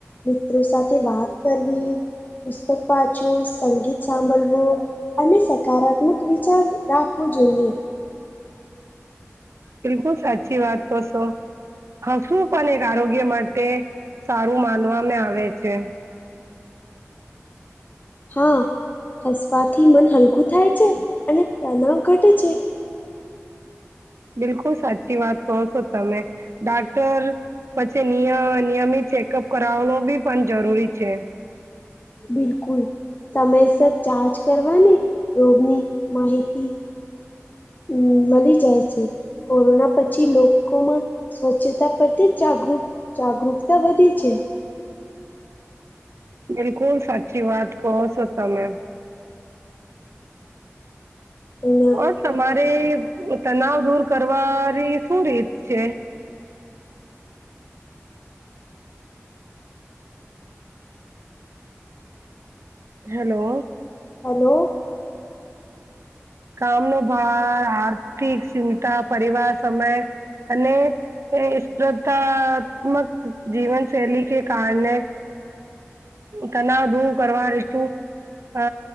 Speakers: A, on the left; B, on the right.
A: મિત્રો સાથે વાત કરવી પુસ્તક વાચું સંગીત સાંભળવું અને સકારાત્મક વિચાર રાખવો જોઈએ.
B: બિલકુલ સાચી વાત કરશો હશું પણ એક આરોગ્ય માટે સારું માનવામાં આવે છે.
A: હા હસવાથી મન હલકું થાય છે અને તણાવ ઘટે છે.
B: બિલકુલ સાચી વાત કહો છો તમે ડાક્ટર પછી નિય નિયમિત ચેકઅપ કરાવનો બી પણ જરૂરી છે.
A: બિલકુલ સમયસર ચાર્જ કરવાની રોગની માહિતી હમ મળી જાય છે કોરોના પછી લોકોમાં સ્વચ્છતા પ્રથી જાગૃ જાગૃકતા વધી છે.
B: બિલકુલ સાચી વાત કહો છોતા મે
A: એયા
B: ઓ તમારે તનાવ દૂર કરવાની શું રીત છે. હેલો
A: હલો
B: કામ ન ભાર આર્થિક ચિંતા પરિવાર સમય અને એ સ્પ્રધાત્મક જીવન શૈલી કે કારણે તનાવધુ કરવા ર તું અ